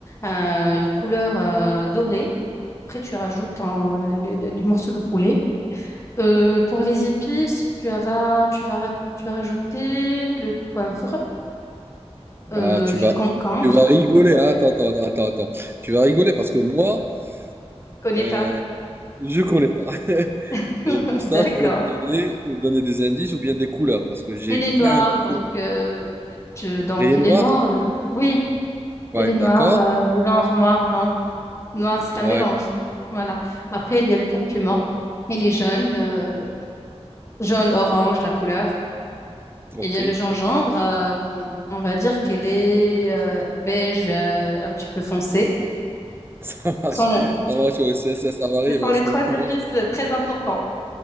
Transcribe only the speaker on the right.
Ah, tu
vas,
tu vas rigoler.
hein. Attends, attends, attends, attends. Tu vas rigoler parce que moi,
euh,
je connais pas. <laughs>
Et pour ça,
tu vas me donner, tu vas me donner des indices ou bien des couleurs parce que j'ai
plein
de trucs.
Les
noirs?
Ouais,
d'accord.
Ouais,
ok,
ok.
Ça marche.
Ça marche, ouais, c'est- ça, ça varie,
mais en
ce
moment,